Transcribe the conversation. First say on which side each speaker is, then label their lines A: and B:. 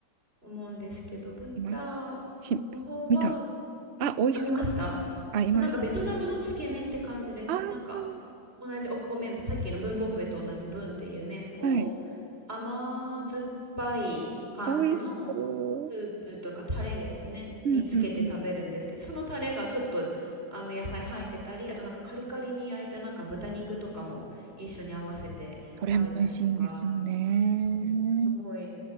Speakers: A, on the right; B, on the right.
A: 思うんですけどブンチャーの方は
B: 今、し、見た。あ、美味しそう。
A: あ見ました
B: あ、いました。
A: そうなんかベトナムのつけ麺って感じですなんか
B: あ
A: 同じお米、さっきの文房笛と同じ文っていう麺を
B: あ、はい、
A: 甘酸っぱい感じの
B: 美味しそ
A: スープとかタレですね、
B: う。うんうんうん。
A: につけて食べるんですけど、そのタレがちょっとあの野菜入ってたり、あとなんかカリカリに焼いたなんか豚肉とかも一緒に合わせて食べたりとか
B: これも美味しいんですよね。
A: そう、すごい、